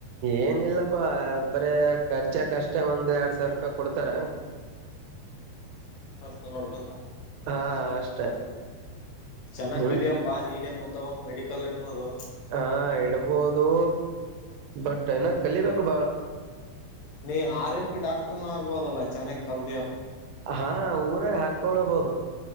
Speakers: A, on the right; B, on the left.
A: ಏನಿಲ್ಲಪ್ಪಾ ಅ ಬ್ರ ಖರ್ಚ ಹೆಚ್ಚಾಕ್ಷ್ಟ ಒಂದ್ ಎರಡ್ ಸಾವಿರ ರೂಪಾಯಿ ಕೊಡ್ತಾರ
B: ನಡ್
A: ಹಾ ಅಷ್ಟೆ
B: ಚೆನ್ನಾಗ್
A: ಮುಂದ್
B: ಕಲಿಯಪ್ಪಾ ನೀನ ಮುಂದೆ ಮೆಡಿಕಲ್ ಇಡ್ಬೋದು
A: ಹಾ ಇಡ್ಬೋದು ಬಟ್ ಏನ ಕಲಿಬೇಕು ಬಾಳ
B: ನೀ ಆರ್ ಎಂ ಪಿ ಡಾಕ್ ಆಗ್ಬೋದಲ್ಲ ಚನ್ನಾಗಿ ಕಲ್ತೀ
A: ಹಾ ಹಾಕೊಳ್ಳಬಹುದು